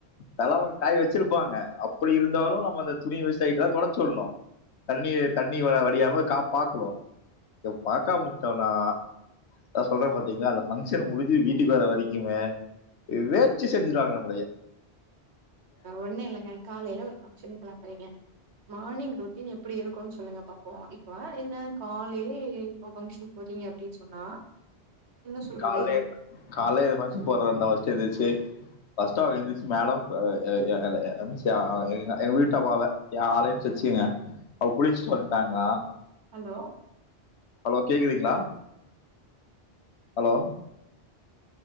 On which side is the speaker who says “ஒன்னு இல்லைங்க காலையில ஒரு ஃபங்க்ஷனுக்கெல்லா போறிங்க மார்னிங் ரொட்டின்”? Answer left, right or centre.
Right